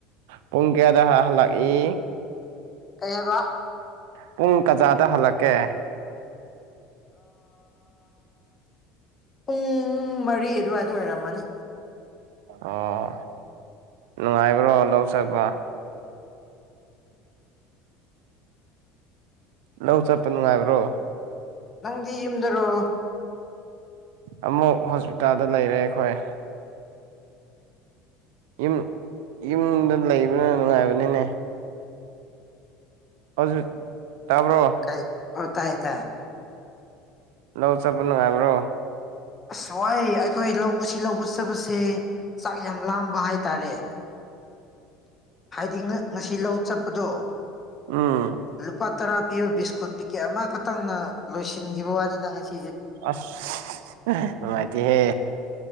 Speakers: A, on the right (about 75°); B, on the left (about 30°).
A: ꯄꯨꯡ ꯀꯌꯥꯗ ꯍꯜꯂꯛꯏ
B: ꯀꯩꯅꯕ
A: ꯄꯨꯡ ꯀꯖꯥꯗ ꯍꯜꯂꯛꯀꯦ
B: ꯄꯨꯡ ꯃꯔꯤ ꯑꯗꯨꯋꯥꯏꯗ ꯑꯣꯏꯔꯝꯃꯅꯤ
A: ꯑꯣ ꯅꯨꯡꯉꯥꯏꯕ꯭ꯔꯣ ꯂꯧ ꯆꯠꯕ ꯂꯧ ꯆꯠꯄ ꯅꯨꯡꯉꯥꯏꯕ꯭ꯔꯣ
B: ꯅꯪꯗꯤ ꯌꯨꯝꯗꯔꯣ
A: ꯑꯃꯨꯛ ꯍꯣꯁꯄꯤꯇꯥꯜꯗ ꯂꯩꯔꯦ ꯑꯩꯈꯣꯏ ꯌꯨꯝ ꯌꯨꯝꯗ ꯂꯩꯕꯅ ꯅꯨꯡꯉꯥꯏꯕꯅꯤꯅꯦ ꯍꯧꯖꯤꯛ ꯇꯥꯕ꯭ꯔꯣ
B: ꯀꯩ ꯑꯣ ꯇꯥꯏ ꯇꯥꯏ
A: ꯂꯧ ꯆꯠꯄ ꯅꯨꯉꯥꯏꯕ꯭ꯔꫭ
B: ꯑꯁ ꯋꯥꯏ ꯑꯩꯈꯣꯏ ꯂꯧ ꯉꯁꯤ ꯂꯧꯕ ꯆꯞꯄꯁꯦ ꯆꯥꯛ ꯌꯥꯝ ꯂꯥꯝꯕ ꯍꯥꯏꯇꯥꯔꯦ ꯍꯥꯏꯗꯤ ꯉꯁꯤ ꯂꯧ ꯆꯠꯄꯗꯣ
A: ꯎꯝ
B: ꯂꯨꯄꯥ ꯇꯔꯥ ꯄꯤꯕ ꯕꯤꯁꯀꯨꯠ ꯇꯤꯛꯀꯦꯠ ꯑꯃꯈꯛꯇꯪꯅ ꯂꯣꯏꯁꯤꯟꯈꯤꯕ ꯋꯥꯅꯤꯗ ꯉꯁꯤ
A: ꯑꯁ ꯃꯥꯗꯤ ꯍꯦ